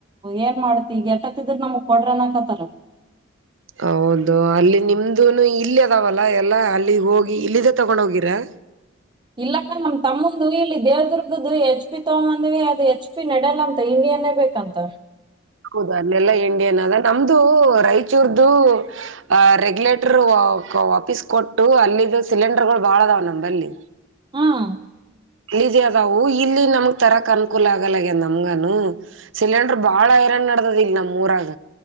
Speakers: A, on the right; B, on the right.
A: ಏನ್ ಮಾಡ್ತಿ ಈಗ ಎತ್ತತ್ತಿದ್ರ ನಮಗ್ ಕೊಡ್ರ ಅನಕತ್ತಾರ
B: ಹೌದು ಅಲ್ಲಿ ನಿಮ್ದ ಇಲ್ಲ ಅದಾವಲ್ಲ ಎಲ್ಲ ಅಲ್ಲಿ ಹೋಗಿ ಇಲ್ಲದೆ ತಗೊಂಡ ಹೋಗಿರಾ
A: ಇಲ್ಲಕ್ಕ ನಮ್ಮ್ ತಮ್ಮಂದು ಇಲ್ಲಿ ದೇವದುರ್ಗ್ದ ಹೆಚ್ ಪಿ ತಕೊಂದು ಬಂದಿನಿ ಅದು ಹೆಚ್ ಹೇಚ್ ಪಿ ನಡಿಯಲ್ಲ ಅಂತ ಇಂಡಿಯನ್ನೆ ಬೇಕಂತ
B: ಹೌದ ಅಲ್ಲೆಲ್ಲಾ ಇಂಡಿಯನ್ ಅದ ನಮ್ದು ರಾಯಚೂರ್ದು ಅಹ ರೆಗ್ಯುಲೇಟರ್ ವಾಪೀಸ್ ಕೊಟ್ಟು ಅಲ್ಲಿದ್ದ ಸಿಲಿಂಡರ್ಗಳು ಬಾಳ ಅದಾವ ನಂಬಲಿ
A: ಹ್ಮ್
B: ಈಜಿ ಅದವು ಇಲ್ಲಿ ನಮಗ್ ತರಕ್ ಅನುಕೂಲ ಆಗಲ್ಲಗ ನಮ್ಗನು ಸಿಲಿಂಡರ್ ಬಾಳ ಐರನ್ ನಡ್ದದ್ ಇಲ್ ನಮ್ ಊರಾಗ